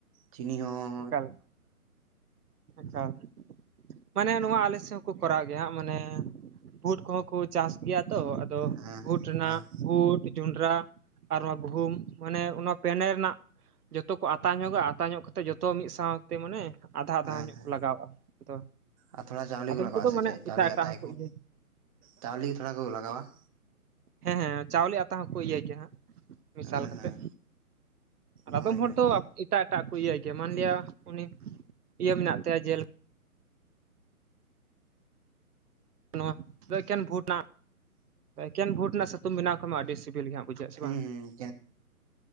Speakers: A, on the right; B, on the right.
A: ᱪᱤᱱᱤ ᱦᱚᱸ ᱾
B: ᱮᱠᱟᱞ ᱮᱠᱟᱞ ᱢᱟᱱᱮ ᱱᱚᱣᱟ ᱟᱞᱮ ᱥᱮᱫ ᱦᱚᱸᱠᱚ ᱠᱚᱨᱟᱣ ᱜᱮᱭᱟ ᱦᱟᱸᱜ ᱢᱟᱱᱮ ᱵᱩᱴ ᱠᱚᱦᱚᱸ ᱠᱚ ᱪᱟᱥ ᱜᱮᱭᱟ᱾ ᱛᱚ ᱟᱫᱚ
A: ᱦᱮᱸ
B: ᱵᱩᱴ ᱨᱮᱱᱟᱜ᱾
A: ᱦᱮᱸ
B: ᱵᱩᱴ ᱡᱚᱸᱰᱽᱨᱟ ᱟᱨ ᱱᱚᱣᱟ ᱜᱩᱦᱩᱢ ᱢᱟᱱᱮ ᱚᱱᱟ ᱯᱮᱱᱮ ᱨᱮᱱᱟᱜ᱾ ᱡᱚᱛᱚ ᱠᱚ ᱟᱛᱟ ᱧᱚᱜᱟ ᱟᱛᱟ ᱧᱚᱜ ᱠᱟᱛᱮᱫ ᱡᱚᱛᱚ ᱢᱤᱫ ᱥᱟᱶᱛᱮ ᱢᱟᱱᱮ᱾ ᱟᱫᱷᱟ ᱟᱫᱷᱟ
A: ᱦᱮᱸ
B: ᱧᱚᱜ
A: ᱦᱮᱸ
B: ᱠᱚ ᱞᱟᱜᱟᱣᱟᱜᱼᱟ ᱟᱫᱚ
A: ᱟᱨ ᱛᱷᱚᱲᱟ ᱪᱟᱣᱞᱮ
B: ᱟᱫᱚᱢ
A: ᱠᱚ ᱞᱟᱜᱟᱣᱟ
B: ᱠᱚᱫᱚ
A: ᱥᱮ
B: ᱢᱟᱱᱮ
A: ᱪᱮᱫ ᱪᱟᱣᱞᱮ
B: ᱮᱴᱟᱜ
A: ᱟᱛᱟᱭ
B: ᱮᱴᱟᱜ ᱦᱚᱸᱠᱚ
A: ᱠᱚ
B: ᱤᱭᱟᱹ᱾
A: ᱪᱟᱣᱞᱮ ᱛᱷᱚᱲᱟ ᱠᱚ ᱞᱟᱜᱟᱣᱟᱜᱼᱟ᱾
B: ᱦᱮᱸ ᱦᱮᱸ ᱪᱟᱣᱞᱮ ᱟᱛᱟ ᱦᱚᱸᱠᱚ ᱤᱭᱟᱹᱭ ᱜᱮᱭᱟ ᱦᱟᱸᱜ᱾ ᱢᱮᱥᱟᱞ
A: ᱦᱮᱸ
B: ᱠᱟᱛᱮ
A: ᱦᱮᱸ
B: ᱟᱫᱚᱢ
A: ᱦᱳᱭ
B: ᱦᱚᱲ
A: ᱦᱳᱭ
B: ᱫᱚ᱾ ᱮᱴᱟᱜ ᱮᱴᱟᱜ ᱠᱚ ᱤᱭᱟᱹ ᱜᱮᱭᱟ ᱢᱟᱱᱞᱤᱭᱟ ᱩᱱᱤ ᱤᱭᱟᱹ ᱢᱮᱱᱟᱜ ᱛᱟᱭᱟ ᱡᱮᱞ᱾ ᱱᱚᱣᱟ ᱫᱚ ᱮᱠᱮᱱ ᱵᱷᱳᱴ ᱨᱮᱱᱟ ᱵᱷᱳᱴ ᱨᱮᱱᱟᱜ ᱥᱟᱛᱩᱢ ᱵᱮᱱᱟᱣ ᱠᱷᱟᱭ ᱢᱟ ᱟᱹᱰᱤ ᱥᱤᱵᱤᱞ ᱜᱮᱦᱟᱜ᱾ ᱵᱩᱡᱷᱟᱹᱜ ᱟ ᱥᱮ
A: ᱦᱩᱸ
B: ᱵᱟᱝ᱾
A: ᱦᱩᱸ